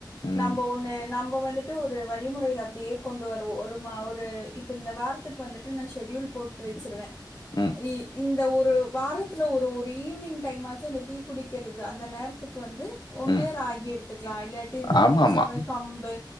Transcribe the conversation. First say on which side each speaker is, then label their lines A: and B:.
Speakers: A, on the left; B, on the left.
A: ம்.
B: நம்ப ஒண்ணு நம்ப வந் வந்துட்டு ஒரு வழிமுறைல அப்டியே கொண்டு வருவோம் ஒரு மா ஒரு இப்ப இந்த வாரத்துக்கு வந்துட்டு நா ஷெடியயூல் போட்டு வச்சுருவேன்
A: ம்.
B: இ இந்த ஒரு வாரத்துல ஒரு ஒரு ஈவ்னிங் ங்க் டைம் ஆச்சு அந்த டீ குடிக்கிறது அந்த நேரத்துக் க்கு வந்து ஒண்ணு
A: ம்.
B: ராகி எடுத்துக்கலா இல்லாட்டி இந்த
A: ஆமா,
B: நீங்க
A: ஆமா.
B: சொன்ன மாரி கம்பு